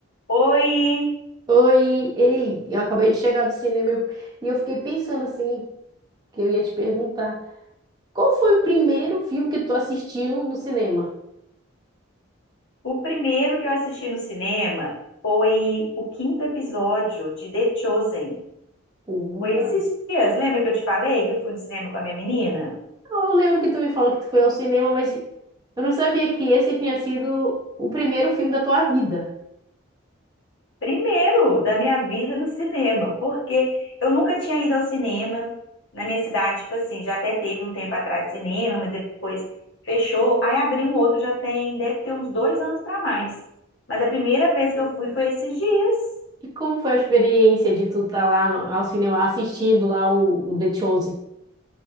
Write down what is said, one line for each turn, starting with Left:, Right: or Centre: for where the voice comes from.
Left: Oi!
Right: Oi, ei, eu acabei de chegar do cinema e eu- e eu fiquei pensando assim, que eu ia te perguntar, qual foi o primeiro filme que tu assistiu no cinema?
Left: O primeiro que eu assisti no cinema foi o quinto episódio de The Chosen.
Right: Olha,
Left: Foi esses dias, lembra que eu te falei que eu fui no cinema com a minha menina?
Right: eu lembro que tu me falou que tu foi ao cinema, mas eu não sabia que esse tinha sido o primeiro filme da tua vida.
Left: Primeiro da minha vida no cinema, porque eu nunca tinha ido ao cinema na minha cidade, tipo assim, já até teve um tempo atrás cinema, mas depois fechou, aí abriu um outro, já tem, deve ter uns dois anos para mais. Mas a primeira vez que eu fui foi esses dias.
Right: E como foi a experiência de tu estar lá no- ao cinema assistindo lá o, o The Chosen?